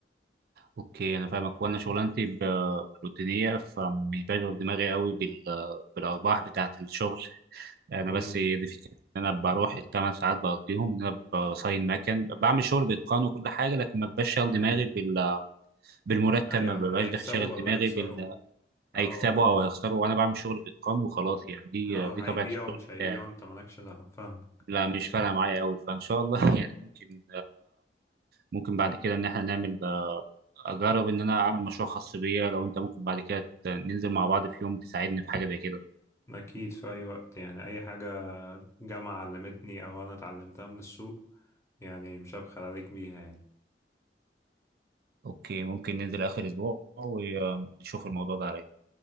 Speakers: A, on the right; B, on the left.
A: اوكي انا فاهمك وانا شغلانتي ب- روتينيه فمش بشغل دماغي قوي بال بالارباح بتاعه الشغل انا
B: امم
A: بس هي دي فكره ان انا بروح الثمان ساعات بقضيهم ان انا بصين مكن بعمل شغل باتقان وكل حاجه لكن ما بشغل
B: امم
A: دماغي بال بالمرتب
B: ايوه
A: ما ببقاش
B: هيكسبوا
A: داخل شاغل
B: ولا
A: دماغي
B: يخسروا
A: بال
B: اه
A: هيكسبوا
B: مش
A: او هيخسروا وانا بعمل شغل باتقان وخلاص يعني دي
B: اه
A: دي طبيعه
B: هيبيعوا
A: الشغل
B: مش هيبيعوا
A: بتاعي
B: انت مالكش دعوة فاهم
A: لا مش فارقه معايا قوي فان شاء الله <laughs> يعني ممكن ممكن بعد كده ان احنا نعمل اجرب ان انا اعمل مشروع خاص بيا لو انت ممكن بعد كده ت- ننزل مع بعض في يوم تساعدني في حاجه زي كده
B: أكيد في أي وقت يعني أي حاجة جامعة علمتني أو أنا اتعلمتها من السوق يعني مش هبخل عليك بيها يعني
A: اوكي ممكن ننزل اخر اسبوع ونشوف الموضوع ده عليا